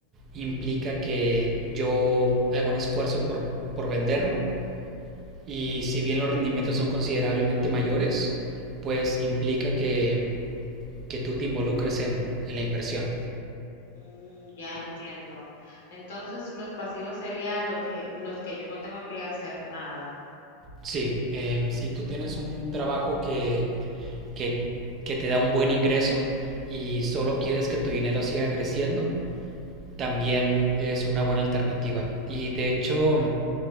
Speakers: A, on the right (about 30°); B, on the left (about 80°).
A: implica que yo haga un esfuerzo por, por venderlo y si bien los rendimientos son considerablemente mayores, pues implica que, que tú te involucres en, en la inversión.
B: Mm, ya entiendo. Entonces, los pasivos sería lo que, los que yo no tengo que hacer nada.
A: Sí, em, si tú tienes un trabajo que, que, que te da un buen ingreso y solo quieres que tu dinero siga creciendo, también es una buena alternativa. Y de hecho,